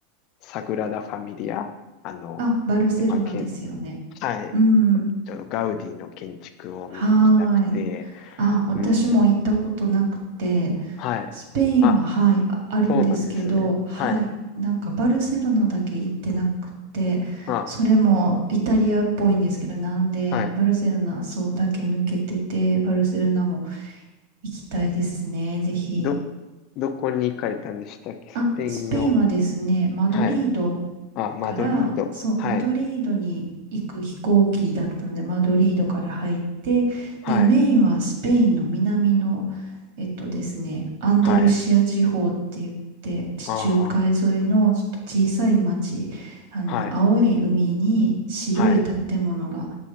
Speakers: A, on the left; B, on the right.
A: サグラダ・ファミリア、あの、
B: あ、バルセロナですよね。
A: 今、けはい、
B: うん。
A: ちょっとガウディの建築を見に行きたくて、
B: はーい。あ、私も行ったことなくて、
A: うんうん、はい。
B: スペインは、
A: あ、
B: はい、あ、あるんですけど、
A: そうなんですね。
B: はい、
A: はい。
B: なんかバルセロナだけ行ってなくて、
A: あ、
B: それもイタリアっぽいんですけど、なんでバルセロナそうだけ抜けてて、
A: はい。
B: バルセロナも行きたいですね、ぜひ。
A: ど、どこに行かれたんでしたっけスペインの、
B: あ、スペインはですね、マドリード
A: はい。あ、マドリード。
B: から、そう、
A: はい。
B: マドリードに行く飛行機だったので、マドリードから入って、
A: はい。
B: で、メインはスペインの南の、えっとですね、アンダルシア地方って言って、
A: はい。
B: 地中海沿いのちょっと小さい町、
A: ああ、
B: あの、
A: はい。
B: 青い海に白い建物が
A: はい。